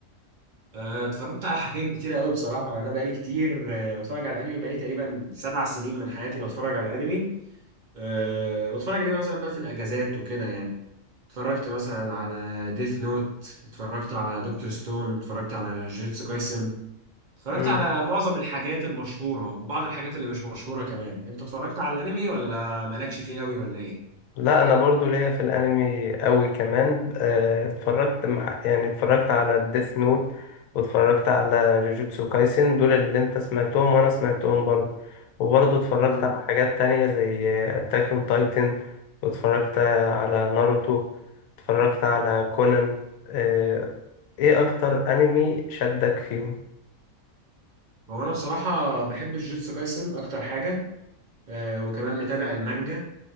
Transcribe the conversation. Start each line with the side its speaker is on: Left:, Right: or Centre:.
Right: آه، اتفرجت على حاجات كتيره قوي بصراحه يعني انا بقالي كتير آه، بتفرج على الانمي بقالي تقريبا سبع سنين من حياتي بتفرج على انمي أه بتفرج عليه مثلا بقى في الاجازات وكده يعني اتفرجت مثلا على ديث نوت اتفرجت على دكتور ستون اتفرجت على جوجوتسو كايسن اتفرجت
Left: مم.
Right: على معظم الحاجات المشهورة وبعض الحاجات اللي مش مشهورة كمان انت اتفرجت على الانمي ولا مالكش فيه قوي ولا ايه
Left: لا انا برضو ليا في الانمي قوي كمان آه، اتفرجت مع يعني اتفرجت على ديث نوت واتفرجت على جوجوتسو كايسن دول اللي انت سمعتهم وانا سمعتهم برضو وبرضو اتفرجت
Right: امم
Left: على حاجات تانية زي اتاك اون تايتن واتفرجت على ناروتو اتفرجت على كونان آه، ايه اكتر انمي شدك فيهم
Right: هو انا بصراحة بحب الجيتسو كايسن اكتر حاجة آه وكمان متابع المانجا